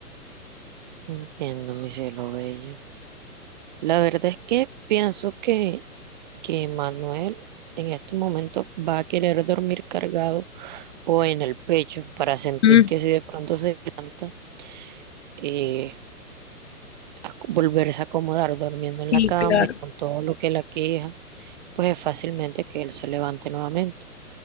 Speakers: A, on the right; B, on the left.
A: Entiendo, mi cielo bello. La verdad es que pienso que, que Manuel en este momento va a querer dormir cargado o en el pecho para sentir
B: Mm,
A: que si de pronto se levanta, eh, a- volverse a acomodar durmiendo
B: sí,
A: en la cama
B: claro,
A: y con todo lo que la queja, pues es fácilmente que él se levante nuevamente.